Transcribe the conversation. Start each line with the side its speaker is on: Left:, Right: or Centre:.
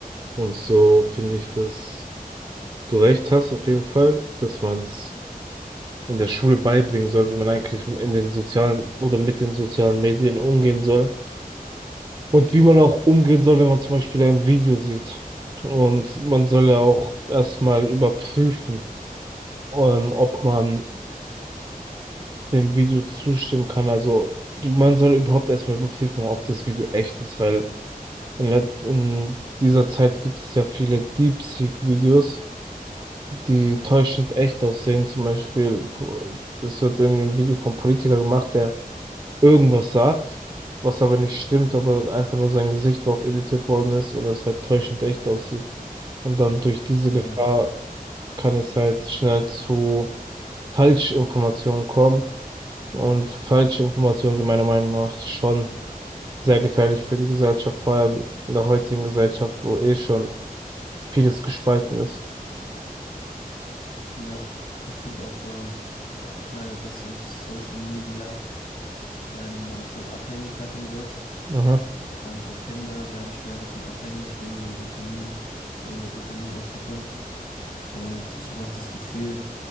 Right: Und so finde ich, dass du recht hast, auf jeden Fall, dass man es in der Schule beibringen soll, wie man eigentlich in den sozialen oder mit den sozialen Medien umgehen soll. Und wie man auch umgehen soll, wenn man zum Beispiel ein Video sieht. Und man soll ja auch erstmal überprüfen, ähm, ob man dem Video zustimmen kann. Also du- man soll überhaupt erstmal überprüfen, ob das Video echt ist, weil in, der, in dieser Zeit gibt es ja viele DeepSeek-Videos die täuschend echt aussehen. Zum Beispiel, es wird irgendwie ein Video vom Politiker gemacht, der irgendwas sagt, was aber nicht stimmt, aber einfach nur sein Gesicht drauf editiert worden ist und es halt täuschend echt aussieht. Und dann durch diese
Left: Ja,
Right: Gefahr kann es halt schnell zu Falschinformationen kommen. Und Falschinformationen sind meiner Meinung nach schon sehr gefährlich für die Gesellschaft, vor allem in der heutigen Gesellschaft, wo eh schon vieles gespalten ist.
Left: ja. Ich finde auch, durch, da- äh, dass durch Social Media ähm, man voll abhängig davon wird
Right: Mhm.
Left: Ähm, so Kinder werden schnell davon abhängig wegen dem Dopamin, wegen der Dopaminausschüttung. Und ich habe auch das Gefühl,